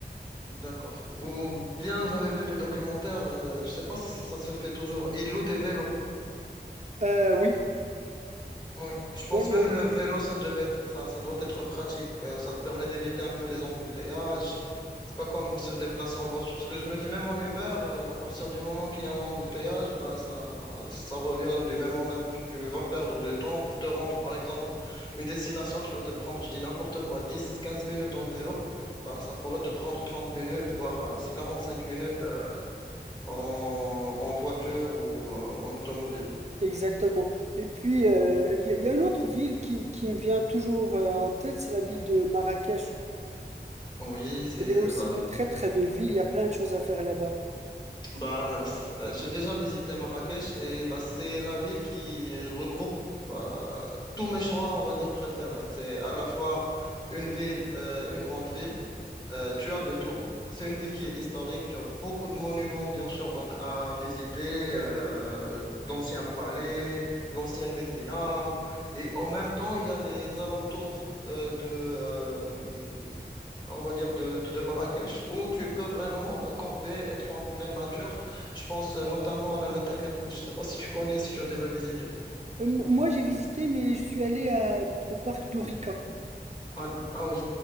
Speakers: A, on the left; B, on the right.
A: D'accord. Ou bien j'avais vu des documentaires, euh, je sais pas si ça se fait toujours. Ils louent des vélos.
B: Euh, oui,
A: Oui, je pense
B: oui,
A: même
B: oui,
A: le vélo, ça devait être, ça, ça doit être pratique. euh, Ça te permet d'éviter un peu les embouteillages. C'est pas comme se déplacer en voiture. Parce que je me dis, même en Uber, euh, à partir du moment qu'il y a un embouteillage, bah, ça, ça revient du même au même. Tu tu vas perdre du temps pour te rendre, par exemple, une destination qui va te prendre, je dis n'importe quoi, 10, 15 minutes en vélo. Bah, ça pourrait te prendre 30 minutes, voire euh, cinq minutes, euh, en, en voiture ou euh, en automobile.
B: exactement. Et puis, euh, il y, a il y a une autre ville qui, qui me vient toujours euh, en tête, c'est la ville de Marrakech.
A: Oui, c'est,
B: Il est aussi
A: bah,
B: une très très belle ville, il y a plein de choses à faire là-bas.
A: Bah, ça- j'ai déjà visité Marrakech et bah, c'est la ville qui regroupe bah, tous mes choix, on va dire, préférés. C'est à la fois une ville, euh, une grande ville, euh, tu as de tout. C'est une ville qui est historique, tu as beaucoup de monuments, bien sûr, donc à visiter, euh, d'anciens palais, l'ancienne Médina. Et en même temps, il y a les alentours euh, de, euh, on va dire, de, de, de Marrakech, où tu peux vraiment euh, camper, être en pleine nature. Je pense euh, notamment à la Takerkouch. Je ne sais pas si tu connais, si tu as déjà visité.
B: Euh, m- moi j'ai visité, mais je suis allé à- au parc d'Orica.
A: Ah, ah oui,